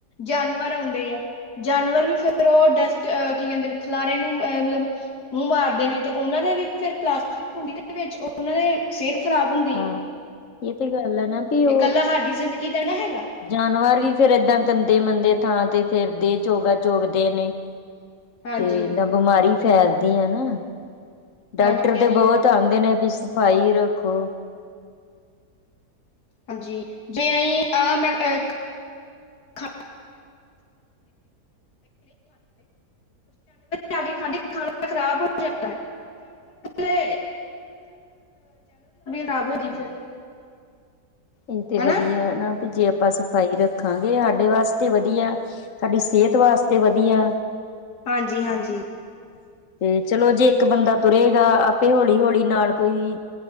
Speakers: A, on the left; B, on the left.
A: ਜਾਨਵਰ ਹੁੰਦੇ ਐ, ਜਾਨਵਰ ਵੀ ਫਿਰ ਓਹ ਡਸਟ ਅ ਕਿ ਕਹਿੰਦੇ ਅ ਖਿਲਾਰੇ ਨੂੰ ਮਤਲਬ ਮੂੰਹ ਮਾਰਦੇ ਨੇ ਤੇ ਉਹਨਾਂ ਦੇ ਵੀ ਫਿਰ ਪਲਾਸਟਿਕ ਭੁੰਡੀ ਦੇ ਵਿੱਚ ਉਹਨਾਂ ਦੇ ਸਿਹਤ ਖ਼ਰਾਬ ਹੁੰਦੀ
B: ਹਾਂ
A: ਹੈ
B: ਇਹ ਤੇ ਗੱਲ ਹੈ ਨਾ ਵੀ ਉਹ
A: ਇਹ ਇਕੱਲਾ ਸਾਡੀ ਜ਼ਿੰਦਗੀ ਦਾ ਨਾ ਹੈਗਾ।
B: ਜਾਨਵਰ ਵੀ ਫੇਿਰ ਏਦਾਂ ਗੰਦੇ ਮੰੰਦੇ ਥਾਂ ਤੇ ਫੇਿਰਦੇ ਚੋਗਾ ਚੋਗਦੇ ਨੇ
A: ਹਾਂਜੀ,
B: ਤੇ ਨਾ ਬਿਮਾਰੀ ਫੈਲਦੀ ਆ ਨਾ ਡਾਕਟਰ
A: ਹਾਂਜੀ, ਹਾਂਜੀ,
B: ਤੇ ਬਹੁਤ ਆਉਂਦੇ ਨੇ ਵੀ ਸਫਾਈ ਰੱਖੋ
A: <unintelligible> <inaudible> ਸਾਡੀ ਹਾਲਤ ਤੇ ਖਰਾਬ ਹੋ ਜਾਂਦੀ ਹੈ <unintelligible>
B: ਹਾਂ
A: ਫਿਰ
B: ਇਹ ਤੇ
A: ਹਨਾ
B: ਵਧੀਆ ਨਾ ਵੀ ਜੇ ਆਪਾਂ ਭਾਈ ਰੱਖਾਂਗੇ ਸਾਡੇ ਵਾਸਤੇ ਵਧੀਆ ਸਾਡੀ ਸਿਹਤ ਵਾਸਤੇ ਵਧੀਆ
A: ਹਾਂਜੀ ਹਾਂਜੀ
B: ਹਨਾ। ਤੇ ਚਲੋ ਜੇ ਇੱਕ ਬੰਦਾ ਤੁਰੇਗਾ ਆਪੇ ਹੌਲੀ-ਹੌਲੀ ਨਾਲ ਕੋਈ